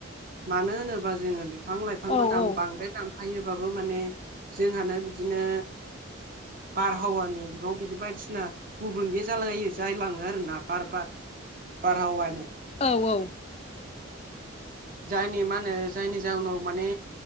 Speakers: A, on the right; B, on the left.
A: मानो होनोबा जोंङो बिफां लाइफां‌
B: औ औ
A: दाम बांद्राय दाम थफायोबाबो माने जोंहानो बिदिनो बारहावानि बिबां बिदि बायदिसिना गुबुं गे जाालायो जायलाङो आरोना बार बार बारहावानि
B: औ औ
A: जायनि मा होनो जायनि जाहोनाव माने